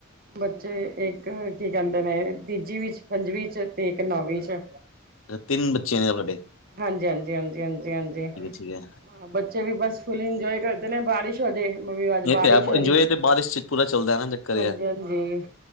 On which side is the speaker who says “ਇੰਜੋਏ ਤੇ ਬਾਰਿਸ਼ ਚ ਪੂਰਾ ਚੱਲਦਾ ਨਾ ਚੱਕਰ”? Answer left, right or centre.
Left